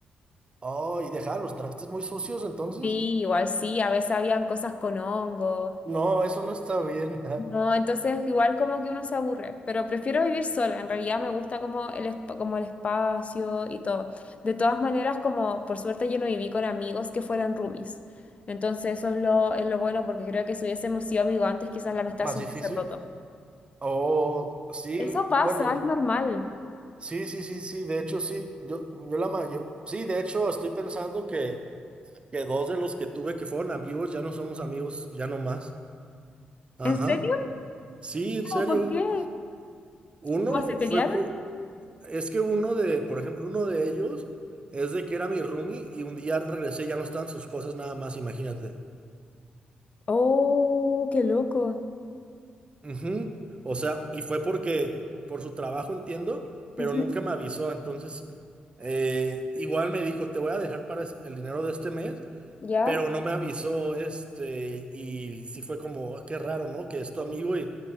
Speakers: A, on the right; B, on the left.
A: Oh, ¿y dejaba los trastes muy sucios entonces?
B: Sí, igual sí, a veces habían cosas con hongos.
A: No, eso no está bien. <laughs>
B: No, entonces igual como que uno se aburre, pero prefiero vivir sola. En realidad me gusta como el, esp- como el espacio y todo. De todas maneras, como por suerte yo no viví con amigos que fueran roomies. Entonces eso es lo, es lo bueno porque creo que si hubiésemos sido amigos antes, quizás la amistad
A: Más
B: se
A: difícil.
B: hubiese roto.
A: Oh, sí,
B: Eso pasa,
A: bueno,
B: es normal.
A: sí, sí, sí, sí, de hecho sí, yo, yo la mayor, sí, de hecho estoy pensando que, que dos de los que tuve que fueron amigos ya no somos amigos, ya no más. Ajá,
B: ¿En serio?
A: sí, en serio.
B: ¿Por qué?
A: Uno
B: ¿Cómo se pelearon?
A: fue por, es que uno de, por ejemplo, uno de ellos es de que era mi roomie y un día regresé, ya no estaban sus cosas nada más, imagínate.
B: Oh, qué loco.
A: Ujú. O sea, y fue porque por su trabajo entiendo, pero
B: Ujú,
A: nunca me avisó. Entonces, eh, igual me dijo, te voy a dejar para es- el dinero de este mes,
B: ¿Ya?
A: pero no me avisó, este, y sí fue como, "Ah, qué raro, ¿no? Que es tu amigo y,